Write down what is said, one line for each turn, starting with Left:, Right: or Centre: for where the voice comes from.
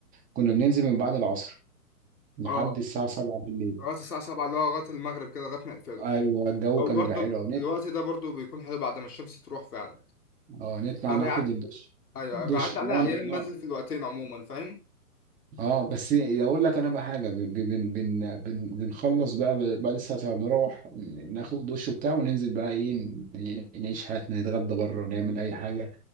Right: كنا بننزل من بعد العصر لحد
Left: اه
Right: الساعه 7 بالليل
Left: لغاية الساعة 7 اللي هو لغاية المغرب كده لغاية ما يقفلوا
Right: ايوه الجو
Left: او
Right: كان
Left: برضه
Right: بيبقى حلو
Left: الوقت ده برضه بيكون حلو بعد ما الشمس تروح فعلا
Right: اه نطلع
Left: فبيعت
Right: ناخد الدش
Left: ايوه
Right: دش
Left: بيعدي عليها
Right: نقعد
Left: ايام
Right: نقعد
Left: بنزل في الوقتين عموما فاهم؟
Right: اه بس اقول لك انا بقى حاجه بن بن بن بن بنخلص بقى ب- بعد الساعه نروح ناخد دش وبتاع وننزل بقى ايه ن- نعيش حياتنا نتغدى بره نعمل اي حاجه